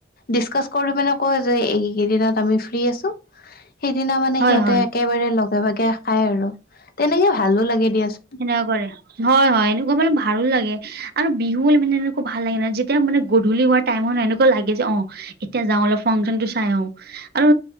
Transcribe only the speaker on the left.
ডিচকাচ কৰি মানে কয় যে এইকেইদিনত আমি ফ্ৰী আছো সেইদিনা মানে
সিহঁতে
একেবাৰে লগে ভাগে খাই আৰু তেনেকে ভালো লাগে দিয়াচোন।